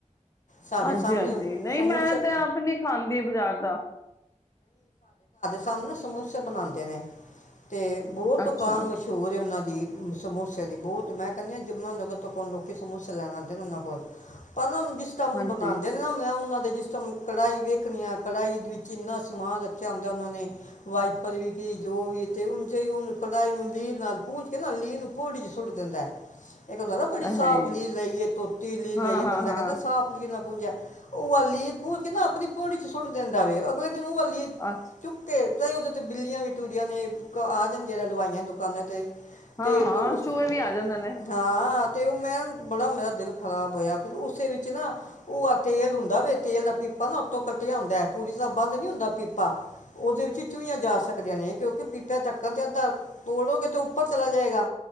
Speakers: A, on the left; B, on the left.
A: ਸਾਡੇ
B: ਹਾਂਜੀ
A: ਸਾਹਮਣੇ
B: ਹਾਂਜੀ ਨਹੀਂ
A: ਸਮੋਸੇ
B: ਮੈਂ ਤੇ ਆਪ <unintelligible> ਨੀ ਖਾਂਦੀ ਬਾਜ਼ਾਰ ਦਾ
A: ਸਾਨ ਸਮੋਸੇ ਬਣਾਉਂਦੇ ਨੇ ਅਤੇ ਬਹੁਤ
B: ਅੱਛਾ
A: ਦੁਕਾਨ ਮਸ਼ਹੂਰ ਹੈ ਉਹਨਾਂ ਦੀ ਦੀ ਸਮੋਸਿਆ ਦੀ ਬਹੁਤ ਮੈਂ ਕਹਿੰਦੀ ਹਾਂ ਜਮੁਨਾ ਨਗਰ ਤੋਂਣ ਲੋਕੀ ਸਮੋਸੇ ਲੈਣ ਆਉਂਦੇ ਨੇ ਉਹਨਾਂ ਕੋਲ ਪਰ ਉਹ ਜਿਸ ਕੰਮ
B: ਹਾਂਜੀ,
A: ਬ ਵਦਉਂਦੇ ਨਾ ਮੈਂ ਉਹਨਾਂ ਜਿਸ ਟਾਈਮ ਕੜਾਈ ਵੇਖਣੀ ਆ ਕੜਾਈ ਦੇ ਵਿੱਚ ਇੰਨਾ ਸਮਾਨ ਰੱਖਿਆ ਹੁੰਦਾ ਉਹਨਾਂ ਨੇ ਵਾਈਪਰ ਵੀ ਕੀ ਜੋ ਵੀ ਤੇ ਉ ਉਹਨੂੰ ਕੜਾਈ ਨੂੰ ਲੀਹ ਨਾਲ ਪੂੰਝ ਕੇ ਨਾ ਲੀਹ ਨੂੰ ਭੋੜ ਚ ਸੁੱਟ ਦਿੰਦਾ ਹੈ ਇੱਕ ਹੁੰਦਾ ਨਾ ਤੁਹਾਡੀ
B: ਇਹ
A: ਸਾਫ
B: ਹੈ ਈ,
A: ਲੀਲ ਲਈ ਹ ਤੋਤੀ ਲੀ ਲਈ
B: ਹਾਂ-ਹਾਂ-ਹਾਂ,
A: ਬੰਦਾ ਕਹਿੰਦਾ ਸਾਫ ਲੀ ਪੂੰਜ ਉਹ ਆ ਲੀ ਪੂੰਜ ਕੇਹ ਨਾ ਆਪਣੀ ਪੋੜੀ ਚ ਸੁੱਟ ਦਿੰਦਾ ਵਵੇ ਤੂੰ ਅਲੀ
B: ਅ
A: ਚੁਕੇ ਤਾਂ ਉਹਦੇ ਤੇ ਬਿੱਲੀਆਂ ਵੀ ਟੂਰੀਆਂ ਨੇ ਆ ਜਾਂਣ ਜੜ ਲਵਾਈਆਂ ਦੁਕਾਨਾਂ ਤੇ
B: ਹਾਂ-ਹਾਂ
A: ਤੇ ਉਸ
B: ਚੂਹੇ ਵੀ ਆ ਜਾਂਦੇ ਨੇ,
A: ਹਾਂ ਤੇ ਉਹ ਮੈਂ ਬੜਾ ਮੇਰਾ ਦਿਲ ਖਰਾਬ ਹੋਇਆ ਫਿਰ ਉਸੇ ਵਿੱਚ ਨਾ ਉਹ ਆ ਤੇਲ ਹੁੰਦਾ ਵੇ ਤੇਲ ਦਾ ਪੀਪਾ ਨਾ ਉੱਤੋਂ ਕੱਟਿਆ ਹੁੰਦਾ ਪੂਰੀ ਬੰਦ ਨੀ ਹੁੰਦਾ ਪੀਪਾ ਉਹਦੇ ਵਿੱਚ ਚੂਈਆਂ ਜਾ ਸਕਦੀਆਂ ਨੇ ਕਿਉਂਕਿ ਪੀਪਿਆ ਢੱਕਣ ਤੇ ਅੱਧਾ ੜੋਗੇ ਤੇ ਉੱਪਰ ਚਲਾ ਜਾਏਗਾ